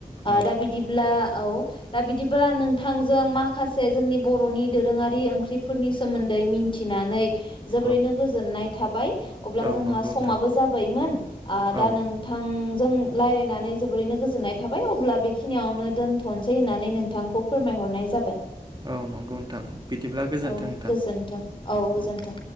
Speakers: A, on the right (about 30°); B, on the left (about 35°).
A: औ
B: दा बिदिब्ला औ। दा बिदिब्ला नोंथांजों माखासे जोंनि बर'नि दोरोङारि ओंख्रिफोरनि सोमोन्दै मिनथिनानै जोबोरैनो
A: औ
B: गोजोननाय थाबाय। अब्ला
A: औ
B: जोंहा
A: नंगौ
B: समाबो
A: नोंथां
B: जाबायमोन आ दा
A: औ
B: नोंथांजों रायलायनानै जोबोरैनो गो गोजोननाय थाबाय अब्ला बेखिनियावनो दोन्थनोसै होन्नानै नोंथांखौ फोरमायहरनाय जाबाय।
A: औ नंगौ नोंथां बिदिब्ला गोजोन्थों
B: औ
A: नोंथां
B: गोजोन्थों गोजोन्थों
A: औ।